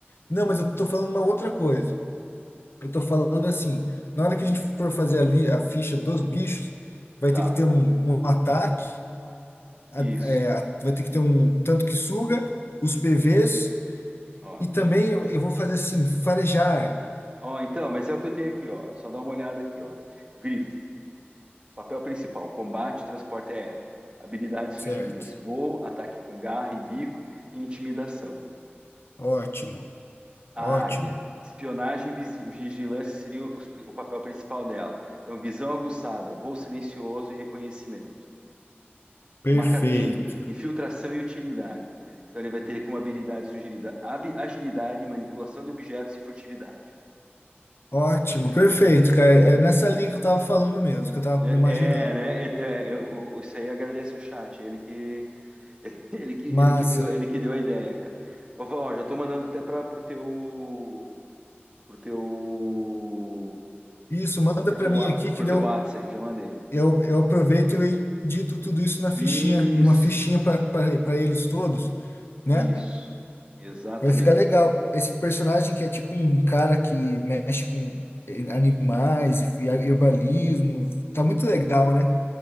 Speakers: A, on the left (about 70°); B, on the right (about 25°).
A: Não, mas eu tô falando uma outra coisa. Eu tô falando assim, na hora que a gente for fazer ali a ficha dos bichos, vai
B: tá,
A: ter que ter um, um ataque a-
B: isso.
A: é, a- vai ter que ter um tanto que suga, os PVs,
B: Ó,
A: e também eu, eu vou fazer assim, farejar.
B: ó, então, mas é o que eu tenho aqui, ó. Só dá uma olhada aqui, ó. Grifo, papel principal, combate, transporte aéreo. Habilidades
A: Certo.
B: sugeridas: voo, ataque com garra e bico e intimidação.
A: Ótimo,
B: A
A: ótimo.
B: águia, espionagem e visi- vigilância seriam os pri- o papel principal dela. Então, visão aguçada, voo silencioso e reconhecimento.
A: Perfeito.
B: O macaquinho, infiltração e utilidade. Então ele vai ter como habilidade sugerida ab- agilidade, manipulação de objetos e furtividade.
A: Ótimo, perfeito, cara. É nessa linha que eu tava falando mesmo, que eu tava
B: É,
A: me imaginando.
B: é, né? É, é, é, o- isso aí agradece o chat. Ele que, <laughs> ele que, ele
A: Massa.
B: que deu, ele que deu a ideia, cara. Vou falar, ó, já tô mandando até para pro teu, pro teu,
A: Isso, manda
B: pro
A: pra
B: teu,
A: mim
B: wa-
A: aqui que
B: pro
A: deu.
B: teu WhatsApp aí, já mandei.
A: Eu, eu aproveito e eu edito tudo isso na fichinha,
B: Isso,
A: numa fichinha para eles todos, né?
B: isso, exatamente.
A: Vai ficar legal. Esse personagem que é tipo um cara que mexe com eh, animais e e herbalismo. Tá muito legal, né?